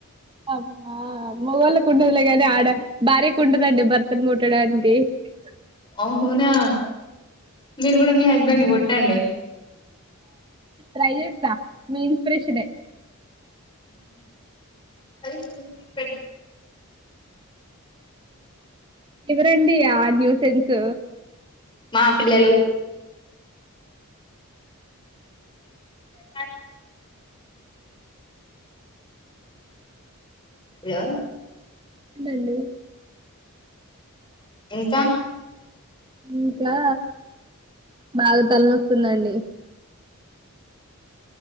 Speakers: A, on the right; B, on the left.
A: అమ్మా మగోళ్ళ కుండలే కాని ఆడ భారీ కుంటదండి భర్తను కుట్టడానికి హు
B: అహనా మీరు కూడా మీ హస్బెండ్ ని కొట్టండి
A: రాైజ మీ ఇన్స్పిరేషన్
B: అది పె
A: ఎవరండి ఆ న్యూ సెన్స్
B: మా పిల్లలు తార యా
A: నండి
B: ఇంకా
A: ఇంకా బాగా తలనొస్తుందండి